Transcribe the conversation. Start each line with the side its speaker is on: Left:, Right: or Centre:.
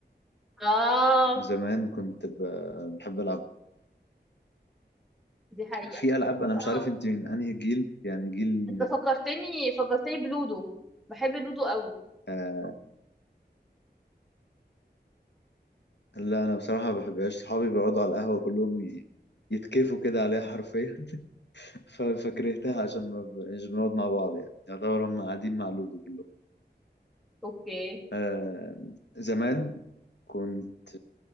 Centre: اه
Left: من زمان كنت ب- بحب ألعب
Centre: دي حقيقة
Left: في ألعاب أنا
Centre: اه
Left: مش عارف أنت من أنهي جيل يعني جيل
Centre: انت فكرتني فكرتني بلودو بحب لودو قوي
Left: آه لا أنا بصراحة ما بحبهاش صحابي بيقعدوا على القهوة كلهم ي- يتكيفوا كده عليها حرفيا <laughs> ف- فكرهتها عشان ما ب- مش بنقعد مع بعض يعني يعتبر هم قاعدين مع لودو كلهم
Centre: اوكي
Left: آه زمان كنت